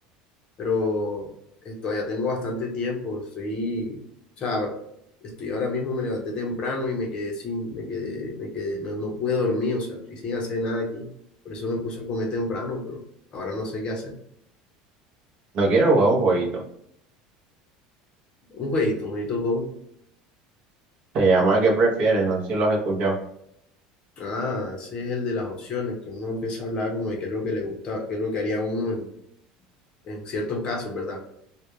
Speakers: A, on the left (about 30°); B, on the right (about 40°).
A: pero eh, todavía tengo bastante tiempo, estoy, o sea, estoy ahora mismo, me levanté temprano y me quedé sin, me quedé, me quedé, no, no pude dormir, o sea, estoy sin hacer nada aquí, por eso me puse a comer temprano, pero ahora no sé qué hacer.
B: No quiero jugar un jueguito.
A: Un jueguito, un jueguito como.
B: Se llama ¿Qué prefieres? No sé si lo has escuchado.
A: Ah, ese es el de las opciones, que uno empieza a hablar como de qué es lo que le gusta, qué es lo que haría uno en en ciertos casos, ¿verdad?